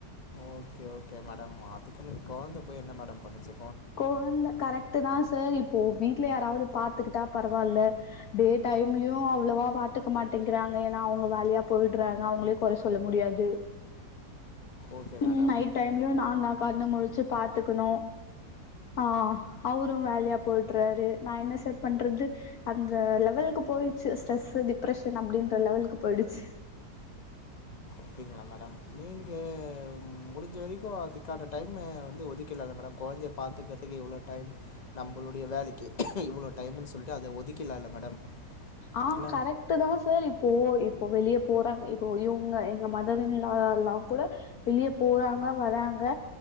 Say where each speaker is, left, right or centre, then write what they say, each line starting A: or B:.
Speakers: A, on the left; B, on the left.
A: ஓகே ஓகே மேடம் அதுக்குன்னு கொழந்த போய் என்ன மேடம் பண்ணுச்சி
B: கொழந்த கரெக்ட்டு‌ தா சார் இப்போ வீட்ல யாராவதுப் பாத்துக்குட்டா பரவால்ல டே டைம்லியு அவ்ளவா பாத்துக்க மாட்டேங்கிறாங்க என்னா அவுங்க வேலயா போ போயிடுறாங்க அவுங்களயு கொற சொல்ல முடியாது
A: ஓகே
B: ம்
A: மேடம்
B: நைட் டைம்லயு நான்ந்தா கண்ண முழுச்சி பாத்துக்கணு ஆ அவுரு வேலையா போய்டுறாரு நா என்ன சார் பண்றது அந்த லெவலுக்குப் போய்டுச்சி ஸ்ட்ரெஸ்ஸு டிப்ரெஷன் அப்டின்ற லெவலுக்கு போய்டுச்சி
A: அப்டிங்களா மேடம் நீங்க முடிஞ்ச வெரிக்கு அதுக்கான டைம்ம வந்து ஒதுக்கிலால மேடம் கொ கொழந்தய பாத்துக்கறதுக்கு இவ்ளோ டைம் நம்பளுடைய வேலைக்கு இவ்ளோ டைம்ன் சொல்ட்டு அத ஒதுக்கில்லால மேடம்
B: அ
A: என்ன?
B: கரெக்ட்டு தா சார் இப்போ இப் போ வெளிய போறாங்க இப்போ இவுங்க எங்க மதர் இன்லால்லாம் கூட வெளிய போறாங்க வராங் க